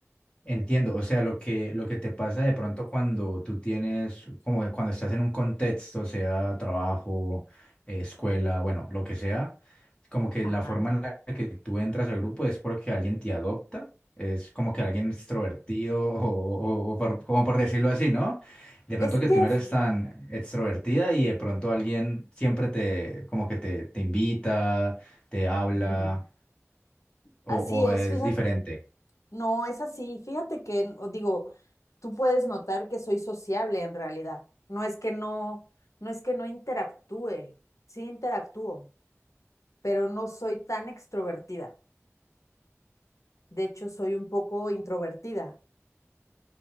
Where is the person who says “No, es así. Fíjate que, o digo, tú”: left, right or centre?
Left